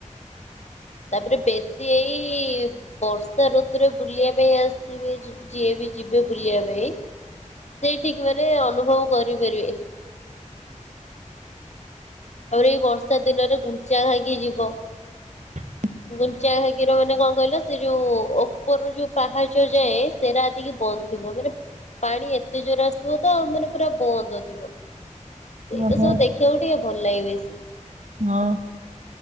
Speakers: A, on the left; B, on the right.
A: ତାପରେ ବେଶୀ ଏଇ, ବର୍ଷା ଋତୁରେ ବୁଲିବା ପାଇଁ ଆସିବେ। ଯିଏ ବି ଯିବେ ବୁଲିବା ପାଇଁ। ସେଇ ଠିକ ମାନେ ଅନୁଭବ କରିପାରିବେ। ଆହୁରି ଏଇ ବର୍ଷା ଦିନରେ ଗୁଣ୍ଡିଞ୍ଚାଘାଇକି ଯିବ।
B: <unintelligible>
A: ଗୁଣ୍ଡିଞ୍ଚା ଘାଇକି ର ମାନେ କଣ କହିଲ? ସେ ଯୋଉ ଓପରୁ ଯୋଉ ପାହାଚ ଯାଏ ସେରା <unintelligible> ବନ୍ଦ୍ ଥିବ ମାନେ ପାଣି ଏତେ ଜୋରେ ଆସୁଥିବ ତ ଆଉ ମାନେ ପୁରା ବନ୍ଦ ଥିବ। ଏ ସବୁ
B: ଓହୋ
A: ଦେଖିବାକୁ ଟିକେ ଭଲ ଲାଗେ ବେଶି।
B: ହଁ